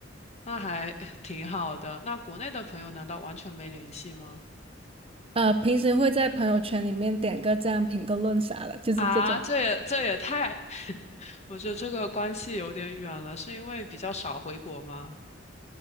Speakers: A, on the left (about 35°); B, on the right (about 30°).
A: 那还 <laughs> 挺好的。那国内的朋友难道完全没联系吗？
B: 呃，平时会在朋友圈里面点个赞、评个论啥的，就是这种。
A: 啊，这也这也太，<laughs> 我觉得这个关系有点远了，是因为比较少回国吗？